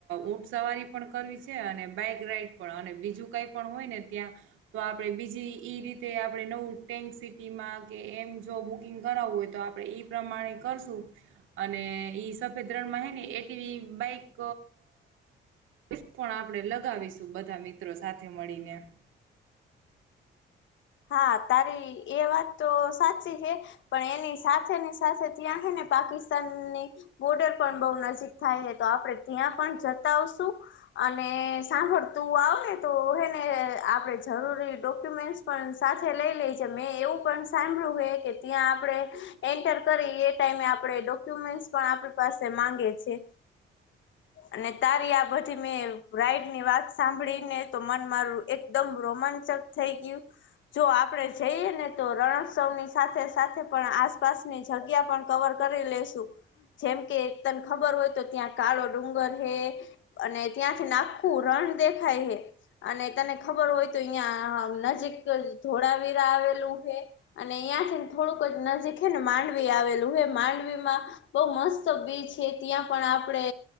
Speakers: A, on the right; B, on the left.
A: ઊંટ સવારી. પણ કરવી છે અને બાઈક રાઈડ પણ અને બીજું કઈ પણ હોય ને ત્યાં તો આપણે બીજી ઈ ર રીતે આપડણે નવું ટેન્ક સિટીમાં કે એમ જો બુકિંગ કરાવવું હોય તો આપડે એ પ્રમાણે કરશું. અને ઈ સફેદ રણમાં હે ને એ ટી વી બાઈક પણ આપણે લગાવીશું બધા મિત્રો સાથે મળીને. <inaudible>
B: હા, તારી એ વાત તો સાચી હે પણ એની સાથેને સાથે ત્યાં હે ને પાકિસ્તાનની બોર્ડર પણ બહુ નજીક થાય હે તો આપણે ત્યાં પણ જતા આવશું. અને સાંભળ તું આવને તો હે ને આપણે જરૂરી ડોક્યુમેન્ટ્સ સાથે લઈ લેજે મેં એવું પણ સાંભળ્યું હે કે ત્યાં આપણેે એન્ટર કરી એ ટા ઈમે આપણે ડોક્યુમેન્ટ પણ આપણી પાસે માંગે છે.
A: <inaudible>
B: અને તારી આ બધી મેં રાઈડની વાત સાંભળીને તો મન મારું એકદમ રોમાં ચક થઈ ગયું. જો આપણે જઈએ ને તો રણોત્સવની સાથે સાથે પણ આસપાસની જગ્યા પણ ક કવર કરી લેશું. જેમ કે તને ખબર હોય તો ત્યાં કાળો ડુંગર હે અને ત્યાં થઈ ન આખું રણ પણ દેખાય હે અને તને ખબર હોય તો અહિયાં નજીક ધોળાવીરા આવેલું હે અને અયાંથીને થોડુંક જ નજીક હે ને માંડવી આવેલું હે. માંડવીમાં બહુ મસ્ત બીચ હે ત્યાં પણ આપણે